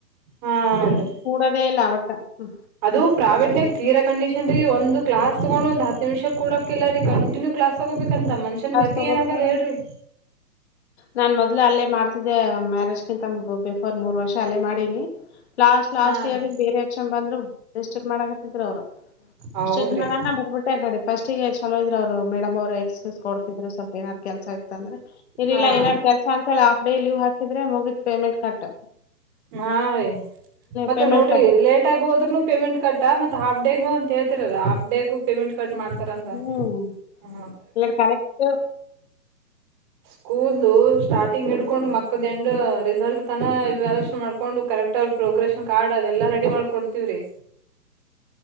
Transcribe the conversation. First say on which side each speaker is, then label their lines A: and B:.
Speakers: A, on the right (about 30°); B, on the left (about 40°).
A: ಹಾನ್ರಿ
B: ಕೂಡದೇ ಇಲ್ಲ ವಟ್ಟ ಹ
A: ಅದು ಪ್ರೈವೇಟ್ನಾಗ ತೀರಾ ಕಂಡೀಷನ್ ರೀ ಒಂದು ಕ್ಲಾಸ್ ತಗೊಂಡು ಒಂದು ಹತ್ತು ನಿಮಿಷ ಕೂಡಕಿಲ್ಲ ರೀ ಕಂಟಿನ್ಯೂ ಕ್ಲಾಸ್ ತಗೋಬೇಕಂತ ಮನ್ಷ್ಯನ್ ಗತಿ
B: ತಗೋಬೇಕ
A: ಏನ ಆಗಲ್ಲ ಹೇಳ್ರಿ
B: ನಾನ್ ಮೊದ್ಲ ಅಲ್ಲೇ ಮಾಡ್ತಿದ್ದೆ ಮ್ಯಾರೇಜ್ಗಿಂತ ಬಿಫೋರ್ ಮೂರ್ ವರ್ಷ ಅಲ್ಲೇ ಮಾಡಿನಿ ಲಾಸ್ಟ್ ಲಾಸ್ಟ್
A: ಹಾನ್ರಿ
B: ಇಯರ್ಗ್ ಬೇರೆ ಹೆಚ್ಚಮ್ ಬಂದ್ರು <inaudible> ಮಾಡಕತ್ತಿದ್ರ ಅವ್ರು
A: ಹೌದ್ರಿ
B: ಸ್ಟ್ರೇಟ್ ಮಾಡಾನ ಬಿಟ್ಟಬುಟ್ಟೆ ಅ ಕಡೆ ಪಸ್ಟ್ ಮೊದ್ಲ ಚಲೋ ಇದ್ರ ಅವರ ಮೇಡ್ ಮೋರ ಐ ಎಕ್ಸಕ್ಯೂಸ್ ಕೊಡ್ತಿದ್ರು ಸ್ವಲ್ಪ ಏನಾದ ಕೆಲಸ ಇತ್ತು ಅಂದ್ರೆ ಇಲ್ಲಲ್ಲ
A: ಹಾ
B: ಏನಾರು ಕೆಲಸ ಅಂತ ಹೇಳಿ ಹಾಫ ಡೇ ಲೀವ ಹಾಕಿದ್ರೆ ಮುಗಿತು ಪೇಮೆಂಟ್ ಕಟ್ಟ
A: ಹಾ ರೀ ಮತ್ತೆ
B: ಪೇಮೆಂಟ್
A: ನೋಡ್ರಿ
B: ಕಾರ್ಡ್
A: ಲೇಟ್ ಆಗ ಹೋದರುನು ಪೇಮೆಂಟ್ ಕಟ್ ಮತ್ ಹಾಫ್ ಡೇ ಅಂತ ಹೇಳತಿರ ಅಲ್ಲ ಡೆ ಗೂ ಪೇಮೆಂಟ್ ಕಟ್ ಮಾಡ್ತಾರಂತ
B: ಹ್ಮ್
A: <inaudible>
B: ಇಲ್ಲ ಕರೆಕ್ಟ್
A: ಸ್ಕೂಲ್ ಸ್ಟಾರ್ಟಿಂಗ್ ಹಿಡ್ಕೊಂಡ್ ಮಕ್ಲದ ಎಂಡ್ ರಿಸಲ್ಟ್ ತನ ಇ <inaudible> ಮಾಡ್ಕೊಂಡು ಕರೆಕ್ಟ್ ಅವ್ ಪ್ರೋಗ್ರೆಷನ್ ಕಾರ್ಡ್ ಅದೆಲ್ಲ ರೆಡಿ ಮಾಡ್ ಕೊಡ್ತೀವ್ರಿ